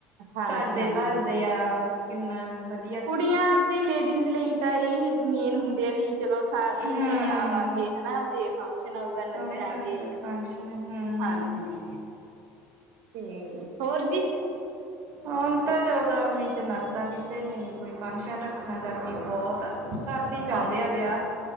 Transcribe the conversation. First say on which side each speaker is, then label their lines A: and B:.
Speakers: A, on the right; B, on the right.
A: ਹਾਂਜੀ
B: ਸੱਜਦੇ-ਤਜਦੇ
A: ਹਾਂਜੀ
B: ਆ, ਕਿੰਨਾ ਵਧ
A: ਕੁੜੀਆਂ ਤੇ ਲੇਡੀਜ਼ ਲਈ ਤਾਂ, ਇਹ ਈ ਮੇਨ ਹੁੰਦੇ ਆ ਵੀ ਚਲੋਂ ਸਾ- ਸੂਟ
B: ਹਮ
A: ਬਣ ਬਣਾਵਾਂਗੇ ਹੈਨਾ ਦੇਖਾਂਗੇ ਸ਼ਨ ਆਊਗਾ ਨੱਚਾਂਗੇ,
B: ਸੋਹਣੇ ਸੋਹਣੇ ਸੂਟ ਫੰਕਸ਼ਨ ਹਮ
A: ਹਾਂਜੀ। ਤੇ, ਹੋਰ ਜੀ?
B: ਹੁਣ ਤਾਂ ਚਲੋਂ ਗਰਮੀ ਚ ਨਾ ਤਾ, ਕਿਸੇ ਨੇ ਨੀ ਕੋਈ ਫੰਕਸ਼ਨ ਰੱਖਣਾ ਗਰਮੀ ਬਹੁਤ ਆ। ਸਰਦੀ ਚ
A: ਹਾਂਜੀ
B: ਆਉਂਦੇ ਆ
A: ਹਾਂਜੀ
B: ਵਿਆਹ।